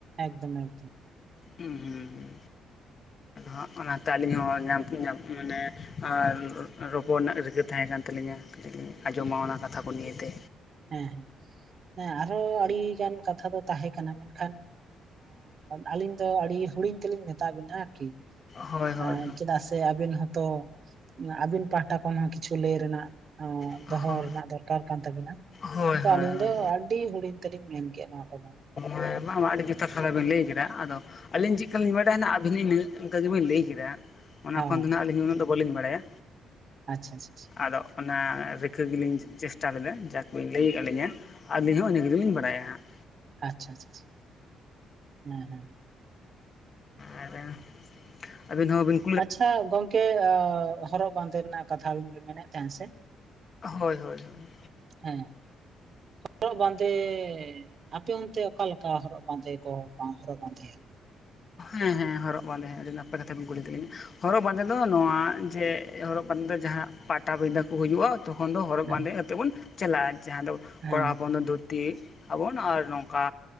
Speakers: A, on the right; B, on the left.
A: ᱮᱠᱫᱚᱢ ᱮᱠᱫᱚᱢ᱾
B: ᱩ ᱸᱦᱩᱸ ᱦᱩᱸᱜ᱾ ᱚᱸᱜ ᱚᱱᱟᱛᱮ ᱟᱞᱤᱧ ᱦᱚᱸ ᱧᱟᱢ ᱠᱤ ᱧᱟᱢ‌ ᱢᱟᱱᱮ ᱟᱨ ᱨᱚ ᱨᱚᱯᱚᱲ ᱨᱮᱱᱟᱜ ᱨᱤᱠᱟᱹ ᱛᱟᱦᱮᱸ ᱠᱟᱱ ᱛᱟᱹᱞᱤᱧᱟ᱾
A: <inaudible>
B: ᱠᱟᱹᱴᱤᱡ ᱞᱤᱧ ᱟᱸᱡᱚᱢᱟ ᱚᱱᱟ ᱠᱟᱛᱷᱟ ᱠᱚ ᱱᱤᱭᱟᱹ ᱛᱮ᱾
A: ᱦᱮᱸ, ᱦᱮᱸ ᱟᱨᱚ ᱟᱲᱤᱜᱟᱱ ᱠᱟᱛᱷᱟ ᱫᱚ ᱛᱟᱦᱮᱸ ᱠᱟᱱᱟ ᱢᱮᱱᱠᱷᱟᱱᱼᱼ ᱟᱨ ᱹᱞᱤᱧ ᱫᱚ ᱟᱲᱤ ᱦᱩᱰᱤᱧ ᱛᱮᱞᱤᱧ ᱢᱮᱛᱟᱜ ᱵᱤᱱᱟ ᱟᱨᱠᱤ᱾
B: ᱦᱳᱭ ᱦᱳᱭ
A: ᱟ ᱪᱮᱫᱟᱜ ᱥᱮ ᱟᱵᱤᱱ ᱦᱚᱸᱛᱚᱼᱼ ᱱᱟ ᱟᱵᱤᱱ ᱯᱟᱦᱴᱟ ᱠᱷᱚᱱ ᱦᱚᱸ ᱠᱤᱪᱷᱩ ᱞᱟᱹᱭ ᱨᱮᱱᱟᱜ ᱚᱸᱼᱼ
B: ᱦᱳᱭ
A: ᱫᱚᱦᱚ ᱨᱮᱱᱟᱜ ᱫᱚᱨᱠᱟᱨ ᱠᱟᱱ ᱛᱟᱵᱤᱱᱟ,
B: ᱦᱳᱭ
A: ᱛᱚ
B: ᱦᱳᱭ
A: ᱟᱹᱞᱤᱧ ᱫᱚ ᱟᱹᱰᱤ ᱦᱩᱰᱤᱧ ᱛᱮᱞᱤᱧ ᱢᱮᱱᱠᱮᱜᱼᱟ ᱱᱚᱣᱟ ᱠᱚᱫᱚ᱾
B: ᱵᱟᱵᱟ ᱟᱹᱰᱤ ᱡᱩᱛᱟᱹᱛ ᱠᱷᱞᱟ ᱵᱮᱤᱱ ᱞᱟᱹᱭ ᱠᱮᱫᱟ, ᱟᱫᱚ ᱟᱹᱞᱤᱧ ᱪᱤᱜ ᱠᱟ ᱞᱤᱧ ᱵᱟᱰᱟᱭᱟ ᱱᱟᱜ ᱟᱵᱤᱱ ᱱᱤ ᱱᱟᱹᱜ ᱚᱱᱠᱟ ᱜᱮᱵᱤᱱ ᱞᱟᱹᱭ ᱠᱮᱫᱟ᱾ ᱚᱱᱟ
A: ᱚ
B: ᱠᱷᱚᱱ ᱫᱚ ᱱᱟᱦᱟᱸᱜ ᱟᱹᱞᱤᱧ ᱩᱱᱟᱹᱜ ᱫᱚ ᱵᱟᱹᱞᱤᱧ ᱵᱟᱲᱟᱭᱟ᱾
A: ᱟᱪᱪᱷᱟ ᱪᱷᱟ ᱪᱷᱟ ᱾
B: ᱟᱫᱚ ᱚᱱᱟ ᱨᱤᱠᱟᱹ ᱜᱤᱞᱤᱧ ᱪᱮᱥᱴᱟ ᱞᱮᱫᱟ ᱡᱟ ᱠᱩᱵᱤᱱ ᱞᱟᱹᱭᱟᱜ ᱞᱤᱧᱟᱹ᱾ ᱟᱞᱤᱧ ᱦᱚᱸ ᱤᱱᱟᱹ ᱜᱤᱞᱤᱞᱤᱧ ᱵᱟᱲᱟᱭᱟ ᱦᱟᱸᱜ᱾
A: ᱟᱪᱪᱷᱟ ᱟᱪᱷᱟᱪᱷᱟ ᱦᱮᱸ ᱦᱮᱸ᱾
B: ᱟᱨᱚ᱾ ᱟᱵᱤᱱ ᱦᱚᱸᱵᱤᱱᱼᱼ
A: ᱟᱪᱪᱷᱟ ᱜᱚᱝᱠᱮ ᱚ ᱦᱚᱨᱚᱜ ᱵᱟᱸᱫᱮ ᱨᱮᱱᱟᱜ ᱠᱟᱛᱷᱟ ᱟᱵᱤᱱ ᱢᱮᱱᱮᱫ ᱛᱮᱦᱮᱸᱜ ᱥᱮ?
B: ᱦᱳᱭ ᱦᱳᱭ ᱦᱳᱭ᱾
A: ᱦᱮᱸ᱾ ᱦᱚᱨᱚᱜ ᱵᱟᱸᱫᱮ ᱟᱯᱮ ᱚᱱᱛᱮ ᱚᱠᱟᱞᱮᱠᱟ ᱦᱚᱨᱚᱜ ᱵᱟᱸᱫᱮ ᱠᱚ ᱵᱟᱝ ᱦᱚᱨᱚᱜ ᱵᱟᱸᱫᱮᱭᱟ
B: ᱦᱮᱸ ᱦᱮᱸ ᱦᱚᱨᱚᱜ ᱵᱟᱞᱮᱸ ᱟᱹᱰᱤ ᱱᱟᱯᱟᱭ ᱠᱟᱛᱷᱟᱢ ᱠᱩᱞᱤ ᱠᱮᱫᱟᱞᱤᱧ ᱦᱚᱨᱚᱜ ᱵᱟᱸᱫᱮ ᱫᱚ ᱱᱚᱣᱟ ᱡᱮ ᱦᱚᱨᱚᱜ ᱵᱟᱸᱫᱮ ᱫᱚ ᱡᱟᱦᱟᱸ ᱯᱟᱴᱟᱵᱤᱸᱫᱟᱹ ᱠᱚ ᱦᱩᱭᱩᱜ-ᱟ᱾ ᱛᱚᱠᱷᱚᱱ ᱫᱚ ᱦᱚᱨᱚᱜ
A: ᱦᱮᱸ
B: ᱵᱟᱸᱫᱮ ᱠᱟᱛᱮᱫ ᱵᱚᱱ ᱪᱟᱞᱟᱜ-ᱟ, ᱡᱟᱦᱟᱸ ᱫᱚ
A: ᱦᱮᱸ
B: ᱠᱚᱲᱟ ᱦᱚᱯᱚᱱ ᱫᱚ ᱫᱩ ᱛᱤ ᱟᱵᱚᱱ ᱟᱨ ᱱᱚᱝᱠᱟ